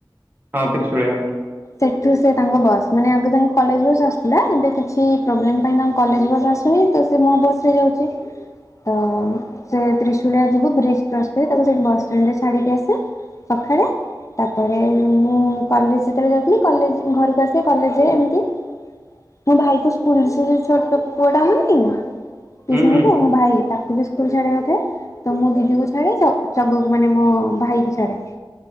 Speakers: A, on the right; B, on the left.
A: ହଁ ତ୍ରିଶୂଳିଆ।
B: ସେଠୁ ସେ ତାଙ୍କ ବସ୍ ମାନେ ଆଗ ତାଙ୍କ କଲେଜ୍ ବସ୍ ଆସୁଥିଲା, ଏବେ କିଛି ପ୍ରୋବ୍ଲେମ ପାଇଁ ତାଙ୍କ କଲେଜ୍ ବସ୍ ଆସ୍ ସୁନି ତ ସେ ମୋ ବସ୍ ରେ ଯାଉଚି। ତ ସେ ତ୍ରିଶୁଳିଆ ଯିବୁ ବ୍ରିଜ୍ କ୍ରସ୍ କରି ତାକୁ ସେଇଠି ବସଷ୍ଟାଣ୍ଡ୍ ରେ ଛାଡ଼ିକି ଆସେ। ସଖାଳେ ତାପରେ ମୁଁ କଲେଜ୍ ଯେତେବେଳେ ଯାଉ ଥିଲି କଲେଜ୍ ଘରକୁ ଆସି କଲେଜ୍ ଯାଏ ଏମିତି। ମୋ ଭାଇ କୁ ସ୍କୁଲ ସେ ଛୋଟ ପୁଅ ଟା ଆମର ନାଇଁ ପିଇସିଙ୍କ
A: ହୁଁ
B: ପୁଅ ମୋ ଭାଇ। ତାକୁ ବି ସ୍କୁଲ ଛାଡିବାର ଥାଏ, ତ ମୁଁ ଦିଦିକୁ ଛାଡେ ଚ ଚଗୁକୁ ମାନେ ମୋ ଭାଇ କୁ ଛାଡେ।